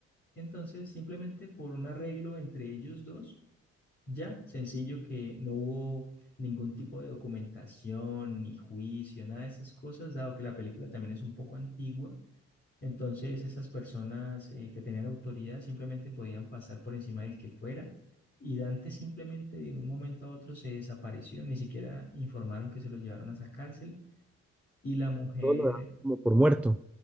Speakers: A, on the left (about 35°); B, in the centre.
A: entonces simplemente por un arreglo entre ellos dos, ya sencillo que no hubo ningún tipo de documentación, ni juicio, nada de esas cosas, dado que la película también es un poco antigua. Entonces, esas personas eh, que tenían autoridad simplemente podían pasar por encima del que fuera y Dante simplemente de un momento a otro se desapareció, ni siquiera informaron que se lo llevaron a esa cárcel y la mujer,
B: Todo lo da como por muerto.